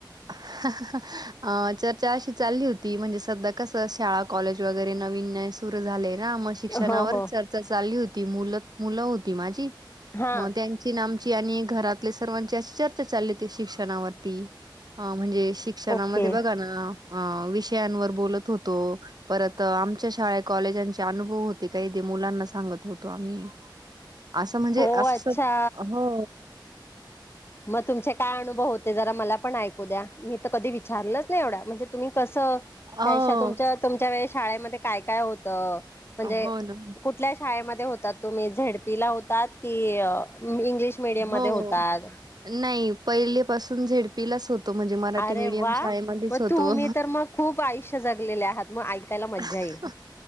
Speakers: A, on the right; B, on the left.
A: <unintelligible> अ चर्चा अशी चालली होती, म्हणजे सध्या कसं शाळा कॉलेज वगैरे नवीन न सुरू झाले. हा म शिक्षणावर
B: हो हो
A: चर्चा चालली होती मुलं मुलं होती माझी
B: हा
A: मग त्यांची न आमच यांनी घरातले सर्वांची अशी चर्चा चालली होती शिक्षणावरती अ म्हणजे शिक्षणामध्ये
B: ओके
A: बघा ना अ विषयांवर बोलत होत. तो परत आमच्या शाळे कॉलेजांचे अनुभव होते काही ते मुलांना सांगत होतो आम्ही
B: <inaudible>
A: असं म्हणजे
B: हो
A: असं
B: अच्छा.
A: हो
B: मग तुमचे काय अनुभव होते जरा मला पण ऐकू द्या मी तर कधी विचारलंच नाही एवढ्या म्हणजे तुम्ही कस स
A: हो
B: काहीशा तुमच्या तुमच्या वेळे शाळेमध्ये काय काय होतं. म्हणजे
A: हो ना
B: कुठल्या शाळेमध्ये होतात तुम्ही झेडपीला होतात की अ इंग्लिश मीडियम मध्ये
A: हो
B: होतात.
A: नाही पहिले पाासून झेडपीलाच होत. तो म्हणजे मराठी
B: अरे
A: मीडियम
B: वा
A: शाळेमध्येच
B: मग
A: होतो.
B: तुम्ही तर मग खूप आयुष्य जगलेले आहात मग ऐकायला मज्जा
A: <unintelligible>
B: येईल